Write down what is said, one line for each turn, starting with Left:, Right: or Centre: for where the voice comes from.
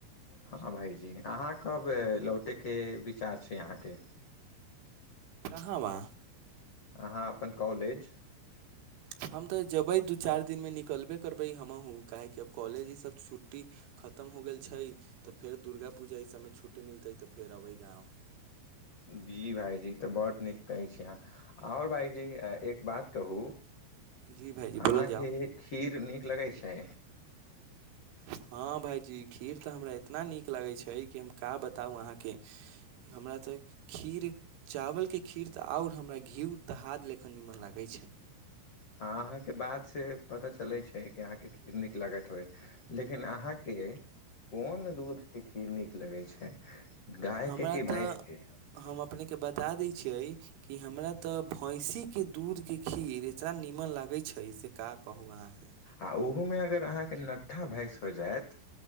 Left: हँ भाईजी अहाँ कब लौटेके विचार छै अहाँके
Right: कहवा
Left: अहाँ अपन कॉलेज
Right: हम तऽ जैबै दू चारि दिनमे निकलबे करबै हमहूँ काहेकि आब कॉलेज ईसभ छुट्टी खतम हो गेल छै तऽ फेर दुर्गा पूजा ई सभमे छुट्टी मिलतै तऽ फेर अबै गाँव
Left: जी भाईजी तऽ बड़ नीक कहै छी अहाँ आओर भाइजी एक बात कहू
Right: जी भाइजी
Left: अहाँके
Right: बोलल जाउ
Left: खीर नीक लगै छै
Right: हँ भायजी खीर तऽ हमरा इतना नीक लगै छै कि हम का बताउ अहाँके हमरा तऽ खीर चावलके खीर तऽ आओर हमरा घीउ तहाद लेखन निमन लागै छै
Left: हँ अहाँके बात से पता चलै छै कि अहाँके खीर नीक लगैत होय लेकिन अहाँ के कोन दूध के खीर नीक लगै छै गायके
Right: हमरा
Left: कि
Right: तऽ
Left: भैंसके
Right: हम अपनेके बता दै छियै कि हमरा तऽ भैंसी के दूध के खीर इतना नीमन लागै छै से का कहू अहाँके
Left: आ उहोमे अगर अहाँके नठ्ठा भैंस हो जायत